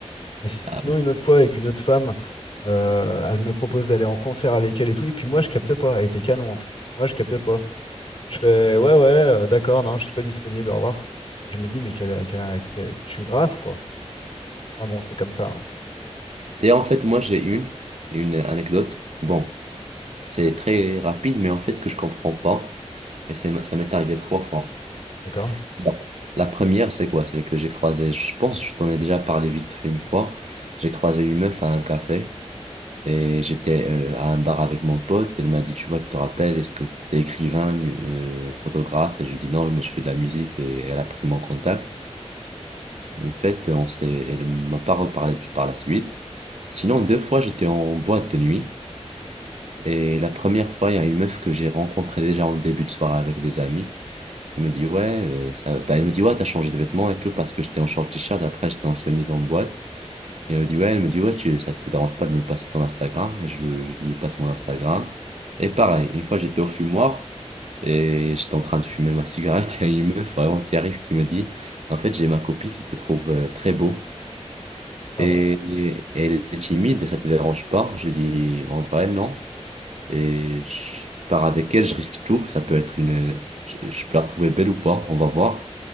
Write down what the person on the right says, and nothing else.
Ah.
D'ailleurs, en fait, moi, j'ai une, une anecdote. Bon, c'est très rapide, mais en fait, que je comprends pas. Et c'est, ça m'est arrivé trois fois.
La la première, c'est quoi? C'est que j'ai croisé, je pense, je t'en ai déjà parlé vite fait une fois. J'ai croisé une meuf à un café et j'étais euh, à un bar avec mon pote. Elle m'a dit, tu vois, tu te rappelles, est-ce que t'es écrivain, mu- euh, photographe? Et je lui ai dit, non, mais je fais de la musique et elle a pris mon contact. En fait, on s'est, elle m'a pas reparlé par la suite. Sinon, deux fois, j'étais en boîte de nuit. Et la première fois, il y a une meuf que j'ai rencontrée déjà en début de soirée avec des amis qui me dit, ouais, euh, ça... bah, elle me dit, ouais, t'as changé de vêtements et tout parce que j'étais en short t-shirt, après j'étais en chemise en boîte. Et elle me dit, ouais, elle me dit, ouais, tu... ça te dérange pas de me passer ton Instagram? Et je, je lui passe mon Instagram. Et pareil, une fois j'étais au fumoir et j'étais en train de fumer ma cigarette, <laughs> il y a une meuf vraiment qui arrive qui me dit, en fait, j'ai ma copine qui te trouve euh, très beau
et,
et elle est timide et ça te dérange pas? Je dis, en vrai, non et je pars avec elle, je risque tout. Ça peut être une, je, je peux la trouver belle ou pas, on va voir.